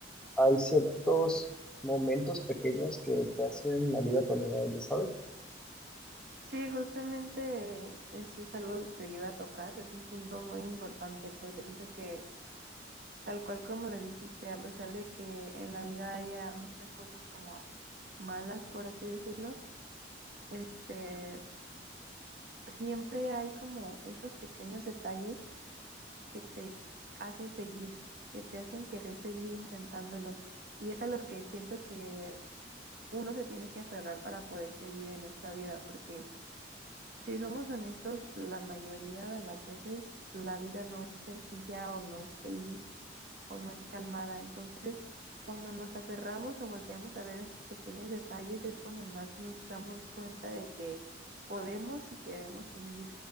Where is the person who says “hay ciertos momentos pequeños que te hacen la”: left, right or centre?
Centre